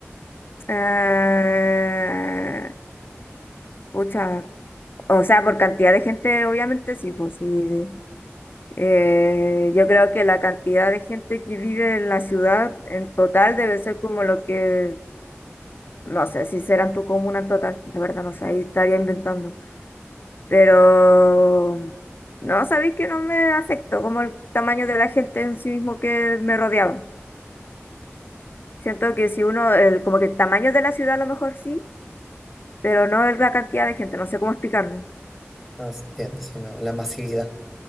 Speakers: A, on the left; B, in the centre.
A: Eh, pucha, o sea, por cantidad de gente, obviamente sí, pues sí. Eh, yo creo que la cantidad de gente que vive en la ciudad en total debe ser como lo que, no sé, si será en tu comuna en total, de verdad, no sé, ahí estaría inventando. Pero, no, sabéis que no me afectó como el tamaño de la gente en sí mismo que me rodeaba. Siento que si uno, el, como que el tamaño de la ciudad a lo mejor sí pero no el- la cantidad de gente, no sé cómo explicarlo.
B: No se entiende, o sea, la, la masividad,